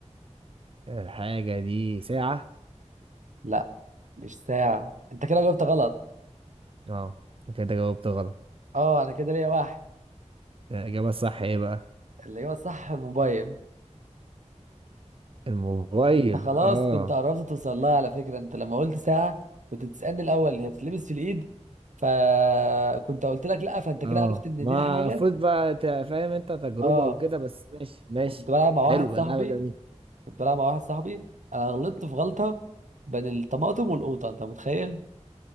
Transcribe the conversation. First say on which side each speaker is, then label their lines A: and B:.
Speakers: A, on the right (about 50°); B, on the right (about 80°).
A: الحاجه دي ساعه
B: لا مش ساعة انت كده جاوبت غلط
A: اه كده جاوبت غلط
B: اه انا كده ليا واحد
A: الاجابه الصح ايه بقى
B: اللي هو صح الموبايل
A: الموبايل
B: انت خلاص
A: اه
B: كنت قربت توصل لها على فكرة انت لما قلت ساعة كنت تسألني الاول هي بتتلبس في الايد فكنت قلت لك لا فانت كده
A: اه
B: عرفت ان
A: ما
B: دي الحاجة
A: المفروض بقى ت- فاهم انت تجربة
B: اه
A: وكده بس ماشي ماشي
B: كنت بلعب مع
A: حلو
B: واحد صاحبي
A: لعبة جميلة
B: كنت بلعب مع واحد صاحبي انا غلطت في غلطة بين الطماطم والقوطة انت متخيل